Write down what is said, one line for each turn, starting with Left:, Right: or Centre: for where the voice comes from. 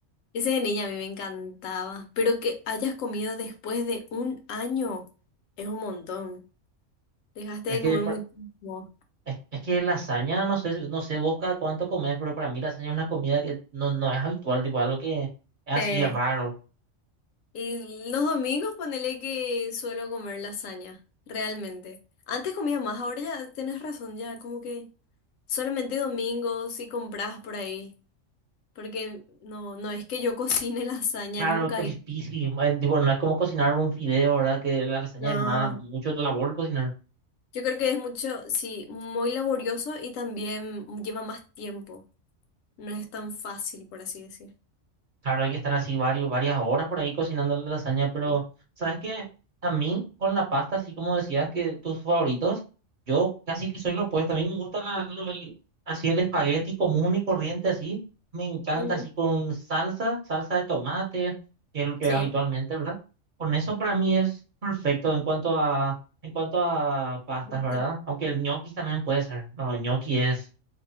Left: Ese de niña a mí me encantaba, pero que hayas comido después de un año es un montón. Dejaste
Right: Es
Left: de
Right: que,
Left: comer
Right: pa-
Left: muchísimo.
Right: es, es que lasaña, no sé, si- no sé vos cada cuánto comes, pero para mí lasaña es una comida que no, no es habitual, tipo algo que es así
Left: Sí.
Right: es raro.
Left: Y los domingos ponele que suelo comer lasaña, realmente. Antes comía más, ahora ya tienes razón, ya como que solamente domingos si compras por ahí, porque no, no es que yo <laughs> cocine lasaña
Right: Claro,
Left: nunca.
Right: co-
Left: y-
Right: difícil, man, tipo, no es como cocinar un fideo, ¿verdad? Que la lasaña
Left: No.
Right: es más, mucho labor cocinar.
Left: Yo creo que es mucho, sí, muy laborioso y también lleva más tiempo. No es tan fácil, por así decir.
Right: Claro, hay que estar así varios, varias horas por ahí cocinando la lasaña, pero
Left: Sí.
Right: ¿sabes qué? A mí, con la pasta, así como decías que tus favoritos, yo casi que soy lo opuesto. A mí me gusta la- lo- el- así el espagueti común y corriente, así. Me encanta
Left: Ujú,
Right: así con salsa, salsa de tomate, que es lo que
Left: sí.
Right: habitualmente, ¿verdad? Con eso para mí es perfecto en cuanto a, en cuanto a pastas,
Left: Bastante.
Right: ¿verdad? Aunque el gnocchi también puede ser. No, el gnocchi es